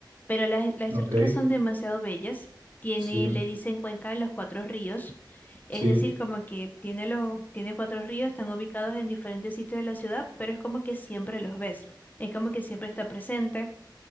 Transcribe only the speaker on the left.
pero las, las estructuras
son demasiado bellas. Tiene,
le dicen Cuenca de los Cuatro Ríos, es
decir, como que tiene los, tiene cuatro ríos, están ubicados en diferentes sitios de la ciudad, pero es como que siempre los ves, es como que siempre está presente.